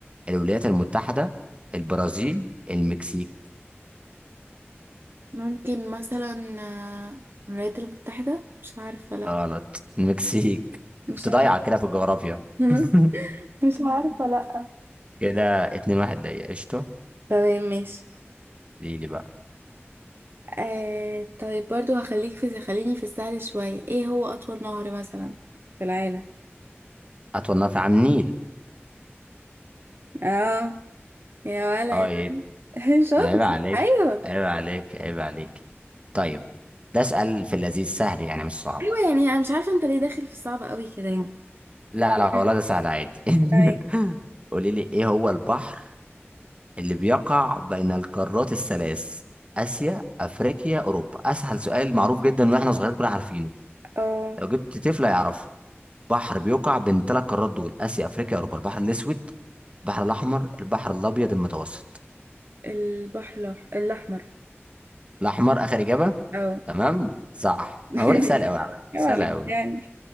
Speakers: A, on the right (about 25°); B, on the right (about 55°).
A: الولايات المتحدة البرازيل المكسيك
B: ممكن مثلا آه، الولايات المتحدة مش عارفة لأ
A: غلط المكسيك
B: مش
A: كنت
B: عارفة
A: ضايع كده في الجغرافيا
B: <laughs>
A: <laughs>
B: مش عارفة لأ
A: كده اتنين واحد ليا قشطة
B: تمام ماشي
A: ليه لي بقى
B: آه طيب برضو هخليك في خليني في السهل شوية ايه هو أطول نهر مثلا في العالم
A: أطول نهر في عام النيل
B: اه يا ولا
A: اه
B: يا
A: ايه
B: ولا. <laughs> شاطر
A: عيب عليك
B: ايوه
A: عيب عليك عيب عليك طيب ده اسأل في اللذيذ سهل يعني مش صعب
B: ايوه يعني انا مش عارفة انت ليه داخل في الصعب قوي كده يعني
A: لا لا والله
B: <laughs>
A: ده سهل عادي <laughs>
B: طيب
A: قولي لي ايه هو البحر اللي بيقع بين القارات الثلاث آسيا أفريقيا أوروبا أسهل سؤال معروف جدا وإحنا صغيرين كنا عارفينه
B: اه
A: لو جبت طفل هيعرفه بحر بيقع بين ثلاث قارات دول آسيا أفريقيا أوروبا البحر الأسود البحر الأحمر البحر الأبيض المتوسط
B: البحر الأح- الأحمر
A: الأحمر آخر إجابة
B: اه
A: تمام صح
B: <laughs>
A: أنا بقول لك سهل أوي على فكرة،
B: يا
A: سهل
B: عليك
A: أوي
B: يعني